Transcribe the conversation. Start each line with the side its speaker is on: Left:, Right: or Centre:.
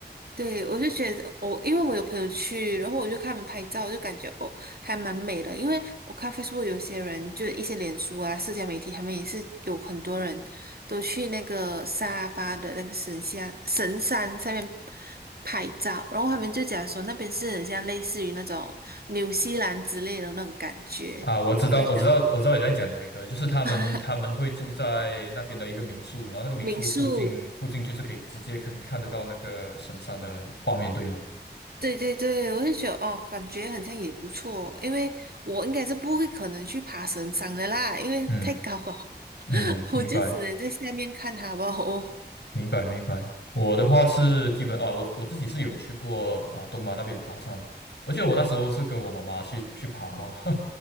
Right: 对，我就觉得我、因为我有朋友去，然后我就看他们拍照，就感觉哦还蛮美的。因为我看 Facebook 有些人，就一些脸书啊、社交媒体，他们也是有很多人都去那个沙巴的那个神像神山上面拍照，然后他们就讲说那边是很像类似于那种纽西兰之类的那种感觉，
Left: 啊，我知道，
Right: 我就觉得
Left: 我知道，我知道你在讲哪一个，就是他们他们会住在那边的一个民宿，
Right: <laughs>
Left: 然后那个民宿附近附近就是可以直接看看得到那个神山的画面，
Right: 民宿。
Left: 对吗？
Right: 对对对，我就觉得哦，感觉好像也不错，因为我应该是不会可能去爬神山的啦，因为太高了，
Left: 嗯嗯，
Right: <laughs>
Left: 明白
Right: 我就只能在下面看它吧。<laughs> 哦，
Left: 明白明白。我的话是基本啊，我我自己是有去过啊东马那边爬山，而且我那时候是跟我妈妈去去爬哦，